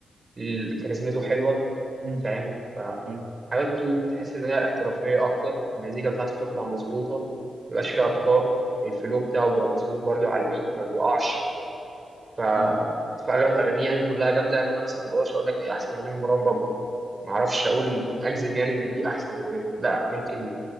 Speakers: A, on the right; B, on the right.
A: ال- كاريزمته حلوه
B: مم.
A: فاهم ف
B: ايوه
A: حاجاته تحس ان هي احترافيه اكتر المزيكا بتاعته بتطلع مظبوطه مبيبقاش فيها اخطاء الفلو بتاعه بيبقى مظبوط برضه على البيت ما بيقعش ف
B: مم.
A: فاغلب اغانيه يعني كلها جامده يعني انا مثلا ما اقدرش اقول لك ايه احسن اغنيه لمروان بابلو ما اعرفش اقول اجزم يعني ان دي احسن اغنيه لا ممكن